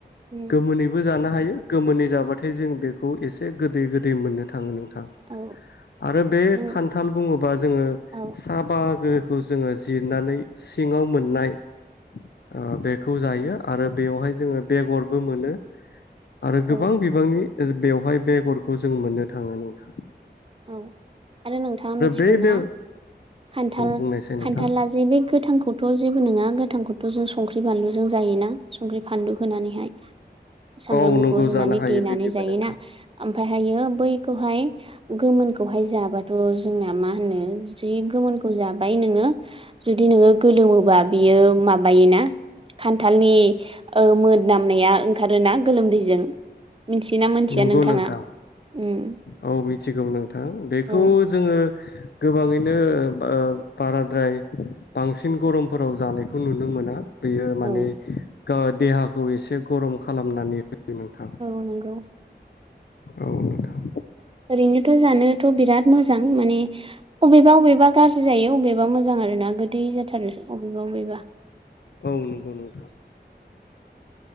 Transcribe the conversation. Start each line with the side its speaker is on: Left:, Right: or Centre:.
Right: उम
Left: गोमोनैबो जाना हायो गोमोनै जाबाथाय जों बेखौ एसे गोदै गोदै मोननो थाङो नोंथ थां
Right: औ
Left: आरो बे
Right: नों
Left: खान्थाल बुङोबा जोङो
Right: औ
Left: सा बाहागो खौ जोङो जिरनानै सिङाव मोननाय ओ बेखौ जायो आरो बेवहाय जोङो बेगरबो मोनो। आरो
Right: औ
Left: गोबां बिबांनि बेवहाय बेगरखौ जों मोननो थाङो नोंथां।
Right: औ आरो नोंथाङा मिथिगौ
Left: बै
Right: ना
Left: बे औ
Right: खान्थाल
Left: बुंनायसाय
Right: खान्थाला
Left: नोंथां
Right: जे बे गोथांखौथ जों नोङा गोथांखौथ जों संख्रि बानलुजों जायोना संख्रि फानलु होनानैहाय सामब्राम
Left: औ
Right: गुफुर
Left: नंगौ
Right: होनानै
Left: जानो हायो
Right: देनानै
Left: बिदिबो
Right: जायोना
Left: नोंथां
Right: ओमफ्राय हायो बैखौहाय गोमोनखौहाय जाबाथ जोंना मा होनो जि गोमोनखौ जाबाय नोङो जुदि नोङो गोलोमोबा बियो माबायोना खान्थालनि ओ मोनामनाया ओंखारोना गोलोमदैजों मिन्थियो ना मोनथिया
Left: नंगौ
Right: नोंथाङा
Left: नोंथां
Right: उम
Left: औ मिथिगौ नोंथां बेखौ
Right: औ
Left: जोङो गोबाङैनो ओ बाराद्राय बांसिन गरमफोराव जानायखौ नुनो मोना। बेयो
Right: औ
Left: माने गो देहाखौ एसे गरम खालामनानै होयो नोंथां
Right: औ नंगौ।
Left: औ नोंथां
Right: ओरैनोथ जानोथ बिराद मोजां माने अबेबा अबेबा गाज्रि जायो अबेबा मोजां आरोना गोदै जाथारो अबेबा अबेबा
Left: औ नोंगौ नोंथां।